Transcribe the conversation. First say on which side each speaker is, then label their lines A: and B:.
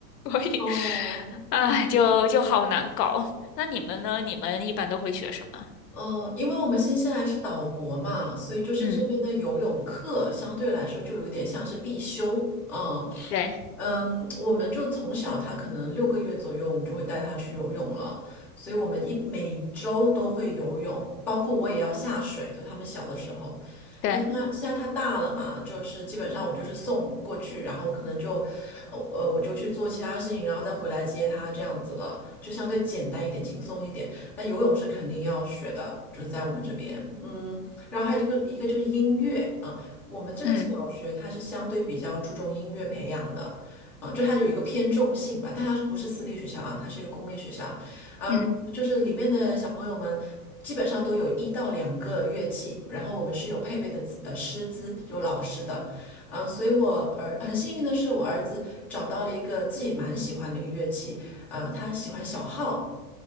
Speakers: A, on the left; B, in the centre.
A: 所以，
B: 哦，
A: 哎，
B: 那确实。
A: 就就好难搞。那你们呢？你们一般都会学什么？
B: 嗯，因为我们新西兰是岛国嘛，所以就是这边的游泳课相对来说就有点像是必修。
A: 嗯，
B: 嗯，
A: 对
B: 嗯，我们就从小他可能六个月左右，我们就会带他去游泳了，所以我们一每周都会游泳，包括我也要下水，就他们小的时候。
A: 对，
B: 那现在现在他大了嘛，就是基本上我就是送过去，然后我可能就，呃呃，我就去做其他事情，然后再回来接他这样子了，就相对简单一点，轻松一点。那游泳是肯定要学的，就是在我们这边，嗯，然后还有一个一个就是音乐，啊，我们这个小学它是相对比较注重音乐培养的。
A: 嗯
B: 嗯，就它就有一个偏重性吧，但它不是私立学校啊，它是一个公立学校，嗯，
A: 嗯
B: 就是里面的小朋友们基本上都有一到两个乐器，然后我们是有配备的资呃师资，有老师的，嗯，所以我儿很幸运的是，我儿子找到了一个自己蛮喜欢的一个乐器，呃，他喜欢小号。